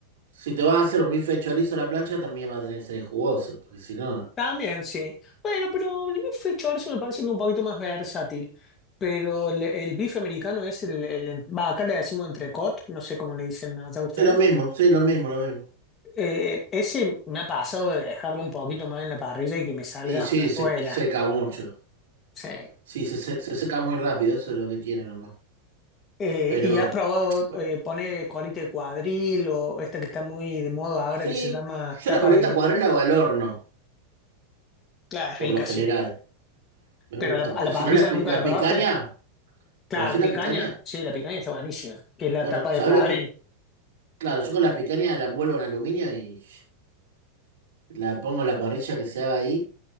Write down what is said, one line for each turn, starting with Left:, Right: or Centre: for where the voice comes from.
Right: si te vas a hacer un bife de chorizo a la plancha, también va a tener que ser jugoso, porque si no.
Left: También, sí. Bueno, pero el bife chorizo me parece que es un poquito más versátil. Pero el, el bife americano es el, el en- va, acá le decimos entrecot, no sé cómo le dicen allá ustedes.
Right: Es lo mismo, sí, lo mismo, lo mismo.
Left: Eh, ese me ha pasado de dejarlo un poquito más en la parrilla y que me salga
Right: Y sí,
Left: una suela.
Right: se seca mucho.
Left: Sí.
Right: Sí, se, se- se seca muy rápido, eso es lo que tiene nomás.
Left: Eh,
Right: Pero
Left: ¿y has probado
Right: bueno,
Left: eh, poner colita de cuadril o esta que está muy de moda ahora
Right: sí,
Left: que se llama
Right: yo
Left: tapa
Right: la coleta
Left: de... ne-
Right: acuarela o al horno,
Left: Claro, es
Right: por
Left: rica,
Right: lo general.
Left: sí.
Right: Me
Left: ¿Pero
Right: gusta.
Left: a la, a la
Right: Y si
Left: parrilla
Right: no, la, pi-
Left: nunca
Right: la
Left: la probaste?
Right: picaña.
Left: Claro,
Right: ¿Conocés
Left: la picaña,
Right: la picaña?
Left: sí, la picaña está buenísima, que es la
Right: Bueno,
Left: tapa
Right: ¿sabés
Left: de cuadril.
Right: lo que? Claro, yo con la picaña la envuelvo en aluminio y la pongo en la parrilla que se haga ahí,